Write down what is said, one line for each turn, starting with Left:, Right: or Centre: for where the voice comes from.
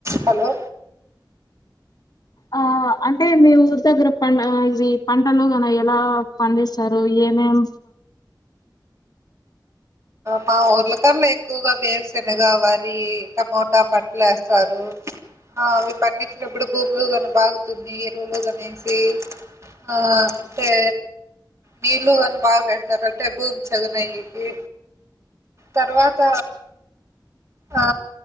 Right: Hello
Left: ఆ అంటే మీ ఊరి దగ్గర ప ఇవి పంటలు గన ఎలా పండిస్తారు ఏమేం
Right: మా ఊర్లకల్లా ఎక్కువగా వేరుశనగ వారి టమోటా పంటలు వేస్తారు ఆ అవి పండించినప్పుడు భూములు కానీ బాగుతున్ని ఎరువులు కనేసి ఆ అంటే నీళ్లు కానీ బాగు పెడతారు అంటే భూమి చగనయ్యది తర్వాత ఆ